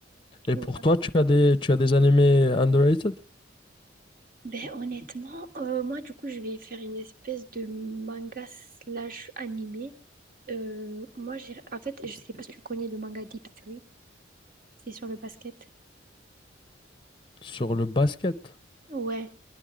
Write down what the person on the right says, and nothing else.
sûr.
Ben honnêtement, euh, moi du coup je vais faire une espèce de manga slash animé. Euh, moi j'ai en fait je sais pas si tu connais le manga Deep Three, c'est sur le basket.
Ouais,